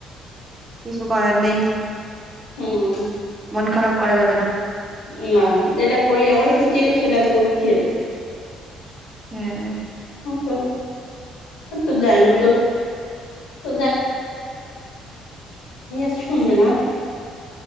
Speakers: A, on the right; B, on the left.
A: <unintelligible>
B: <unintelligible>
A: <unintelligible>
B: <unintelligible>
A: ہاں
B: ہ تو تو جائ ب تو <unintelligible> <unintelligible>